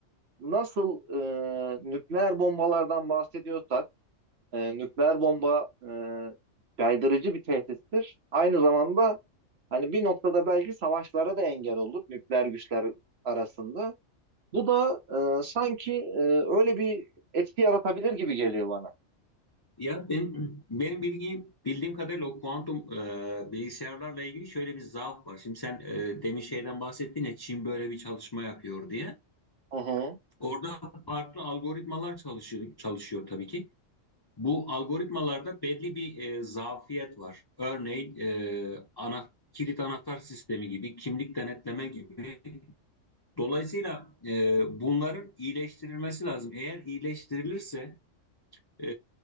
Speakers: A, on the right; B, on the left.
A: nasıl e, nükleer bombalardan bahsediyorsak e, nükleer bomba e, caydırıcı bir tehdittir. Aynı zamanda hani bir noktada belki savaşlara da engel olur nükleer güçler arasında. Bu da e, sanki e, öyle bir etki yaratabilir gibi geliyor bana.
B: Ya ben benim bilgim bildiğim kadarıyla o kuantum e, bilgisayarlarla ilgili şöyle bir zaaf var. Şimdi sen e, demin şeyden bahsettin ya Çin böyle bir çalışma yapıyor diye.
A: Hı hı.
B: Orada farklı algoritmalar çalışıyor, çalışıyor tabii ki. Bu algoritmalarda belli bir e, zafiyet var. Örneğin e, ana kilit anahtar sistemi gibi, kimlik denetleme gibi. Dolayısıyla e, bunların iyileştirilmesi lazım. Eğer iyileştirilirse e,